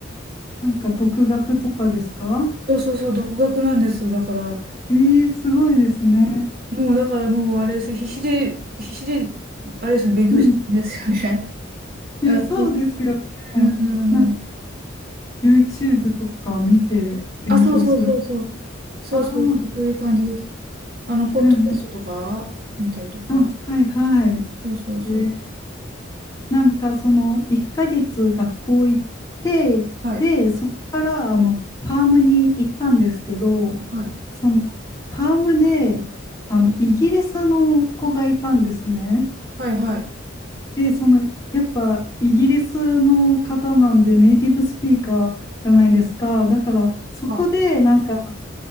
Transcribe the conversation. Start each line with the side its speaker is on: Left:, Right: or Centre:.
Left: なんか、独学とかですか
Right: そうそうそう、独学なんです。だから、
Left: えー、すごいですね。
Right: もうだからもうあれです。必死で、必死で、あれですね、勉強したんですよね。
Left: うん。いや、
Right: うん、
Left: そうですよね。
Right: うん、
Left: なんか、
Right: うん
Left: YouTube とか見て勉強する。
Right: あ、そうそうそうそう。そうそうそう、
Left: ああ、
Right: そういう感じです。あの、ポッドキャストとか、
Left: うんうん。
Right: 見たりとか。
Left: あ、はいはい。
Right: そうそうそう。
Left: えーなんかその1ヶ月学校行って、
Right: はい、
Left: で、そこからあのファームに行ったんですけど、
Right: はい、
Left: そのファームであのイギリスの子がいたんですね。
Right: はい、はい。
Left: で、そのやっぱイギリスの方なんでネイティブスピーカーじゃないですか。だからそこでなんか
Right: あ、あ